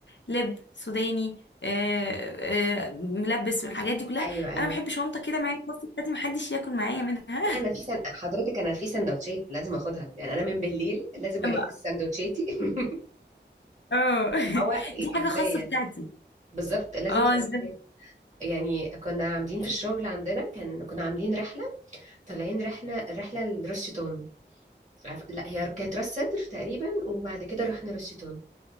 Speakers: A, on the left; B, on the right.
A: لب سوداني آه، آه، ملبس والحاجات دي كلها
B: ايوه ايوه
A: انا بحب شنطه كده معايا في الباص بتاعتي محدش ياكل معايا منها
B: لا انا في سن... حضرتك انا في سندوتشات لازم اخدها يعني انا من بالليل لازم
A: <laughs>
B: اجهز سندوتشاتي <laughs>
A: اه <laughs>
B: اللي هو إيه-
A: دي حاجة
B: ازاي
A: خاصة
B: يعني
A: بتاعتي
B: بالظبط لازم
A: اه
B: سندوتشات
A: ازاي
B: يعني كنا عاملين في الشغل عندنا كان كنا عاملين رحله طالعين رحله رحله لراس شيطان عارف... لا هي كانت راس سدر تقريبا وبعد كده رحنا راس شيطان